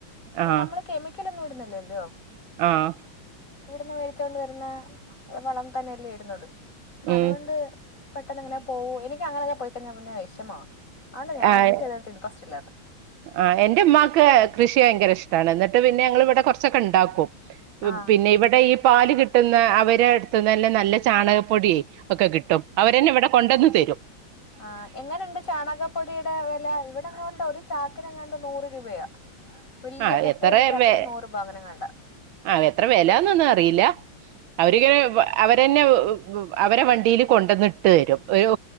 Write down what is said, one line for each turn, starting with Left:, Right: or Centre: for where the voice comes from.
Left: കാരണം
Right: ആഹ്
Left: നമ്മളെ കെമിക്കലൊന്നും വിടുന്നില്ലല്ലോ
Right: ആഹ്
Left: ഇവിട്ന്ന് വേടിച്ചോണ്ട് വരുന്ന വളം തന്നെയല്ലേ ഇടുന്നത്? പ്പാതുകൊണ്ട്
Right: ഉം
Left: പെട്ടെന്നങ്ങനെ പോക എനിക്കങ്ങനെയൊക്കെ പോയിക്കഴിഞ്ഞാ പിന്നെ വിഷമാ ആണ്. ഞാ
Right: ആഹ്
Left: എനിക്കതിനകത്ത് ഇൻറസ്റ്റ് ഇല്ലാത്ത
Right: ആഹ് എന്റെ ഉമ്മാക്ക് കൃഷി ഭയങ്കര ഇഷ്ടാണ് എന്നിട്ട് പിന്നെ ഞങ്ങളെ ഇവിടെ കുറച്ചൊക്കെ ഉണ്ടാക്കും
Left: ആ
Right: പിന്നെ ഇവടെ ഈ പാല് കിട്ട്ന്ന അവരെട്ത്ത്ന്നെന്നെ നല്ല ചാണകപ്പൊടി ഒക്കെ കിട്ടും. അവരെന്നെ ഇവടെ കൊണ്ടന്ന്തരും.
Left: ആഹ്. എങ്ങനെണ്ട് ചാണകപ്പൊടിയിടെ വെല? ഇവി <unintelligible> ഒര് ചാക്കിനെങ്ങാണ്ട് നൂറ് രൂപയാ. വല്ല്യ
Right: ആഹ്
Left: മുട്ടെര്ചാക്ക്ന്
Right: എത്ര വെ
Left: നൂറ് പ അങ്ങനെ ങ്ങാണ്ടാ.
Right: ആഹ്. എത്ര വെലാന്നൊന്നും അറിയില്ല അവരിങ്ങനെ അവരന്നെ വ്‌ വ് അവരെ വണ്ടീല് കൊണ്ടന്ന്ട്ട് തരും. ഒരു